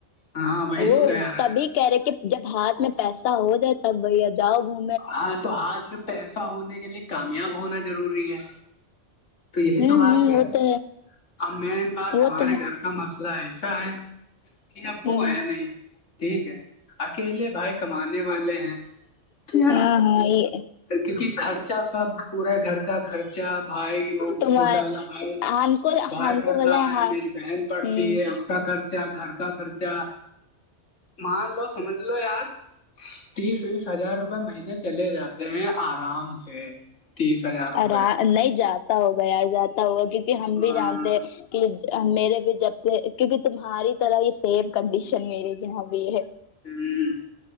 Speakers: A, on the left; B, on the left.
A: ہاں وہی
B: وہ
A: تو کہہ رہے
B: تبھی
A: ہیں
B: کہہ رہے کہ جب ہاتھ میں پیسہ ہو جائے تب بھیا جاؤ گھر
A: ہاں تو ہاتھ میں پیسہ ہونے کے لیے کامیاب ہونا ضروری ہے تو یہی
B: ہوں
A: تو بات
B: ہوں
A: ہے
B: وہ تو
A: اب مین بات
B: وہ
A: ہمارے
B: تو ہے
A: گھر کا مسئلہ ایسا ہے کہ ابو
B: ہوں
A: ہے نہیں ٹھیک ہے اکیلے بھائی کمانے والے ہیں تو یار
B: ہاں ہاں یہ
A: کیونکہ خرچہ سب پورے گھر کا خرچہ بھائی وہ
B: تمہار
A: چھوٹا والا بھائی
B: ہم کو
A: بھائی
B: ہم کو
A: پڑھتا
B: بولا
A: ہے
B: ہاں
A: میری بہن پڑھتی
B: ہوں
A: ہے اس کا خرچہ گھر کا خرچہ مان لو سمجھ لو یار تیس ویس ہزار روپئے مہینے چلے جاتے گھر میں آرام سے تیس ہزار روپئے
B: آرا نہیں جاتا ہوگا یار جاتا ہوگا کیونکہ ہم
A: ہاں
B: بھی جانتے ہیں کہ میرے بھی جب سے کیونکہ تمہاری طرح ہی سیم کنڈیشن میری یہاں بھی ہے
A: ہ